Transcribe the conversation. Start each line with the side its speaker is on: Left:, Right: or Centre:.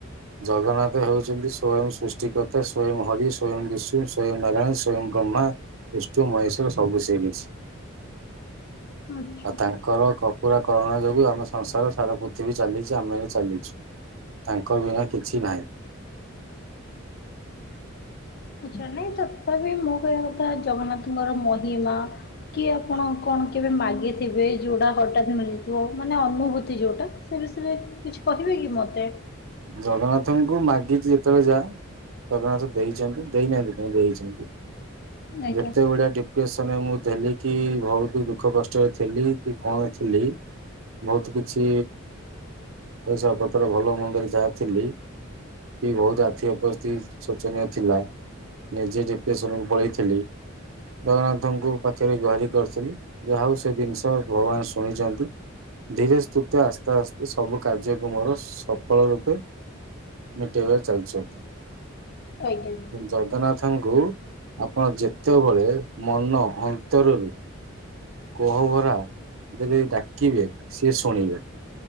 Right: ଜଗନ୍ନାଥ ହେଉଚନ୍ତି ସ୍ଵୟଂ ସୃଷ୍ଟି କର୍ତ୍ତା, ସ୍ଵୟଂ ହରି, ସ୍ଵୟଂ ବିଷ୍ଣୁ ସ୍ଵୟଂ ନାରାୟଣ, ସ୍ଵୟଂ ବ୍ରହ୍ମା, ବିଷ୍ଣୁ ମହେଶ୍ୱର ସବୁ ସିଏ କିଛି।
Left: ଆଛା।
Right: ଆଉ ତାଙ୍କର କପୁରା କରୁଣା ଯୋଗୁ ଆମ ସଂସାର ସାରା ପୃଥିବୀ ଚାଲିଚି ଆମେ ବି ଚାଲିଚୁ। ତାଙ୍କ ବିନା କିଛି ନାହିଁ।
Left: ଆଛା ନାଇଁ ତଥାବି ମୁଁ କହିବା କଥା ଜଗନ୍ନାଥଙ୍କର ମହିମା କି ଆପଣ କଣ କେବେ ମାଗିଥିବେ ଯୋଉଟା ହଟାତ ମିଳିଥିବ ମାନେ ଅନୁଭୂତି ଯୋଉଟା। ସେ ବିଷରେ କିଛି କହିବେ କି ମତେ।
Right: ଜଗନ୍ନାଥଙ୍କୁ ମାଗିଚି ଯେ ତେବେଳେ ଯା ଜଗନ୍ନାଥ ଦେଇଚନ୍ତି ଦେଇନାହାନ୍ତି କାଇଁ ଦେଇଚନ୍ତି।
Left: ଆଜ୍ଞା।
Right: ଯେତେବଳେ ଡି ଡିପ୍ରେସନରେ ମୁଁ ଥେଲି କି ଭଉତୁ ଦୁଃଖ କଷ୍ଟରେ ଥିଲି କି କଣ ଥିଲି ବହୁତ କିଛି ପଇସା ପତ୍ର ଭଲ ମନ୍ଦରେ ଯା ଥିଲି କି ବୋହୁତ ଆର୍ଥିକ ପରିସ୍ତି ଚନୀୟ ଥିଲା ନିଜେ ଡିପରେସନକୁ ପଳେଇଥିଲି। ଜଗନ୍ନାଥଙ୍କୁ ପାଖେରେ ଗୁହାରି କରିଥିଲି ଯାହା ହଉ ସେ ଜିନଷ ଭଗବାନ ଶୁଣିଚନ୍ତି। ଧୀରେ ସ୍ତୁସ୍ତେ ଆସ୍ତେ ଆସ୍ତେ ସବୁ କାର୍ଯ୍ୟକୁ ମୋର ସଫଳ ରୂ ମିଟେଇ ବାରେ ଚାଲିଚି।
Left: ଆଜ୍ଞା
Right: ଜଗନ୍ନାଥଙ୍କୁ ଆପଣ ଯେ ତେବଳେ ମନ ଅନ୍ତରରୁ କୋହଭରା ଯଦି ଡାକିବେ ସିଏ ଶୁଣିବେ।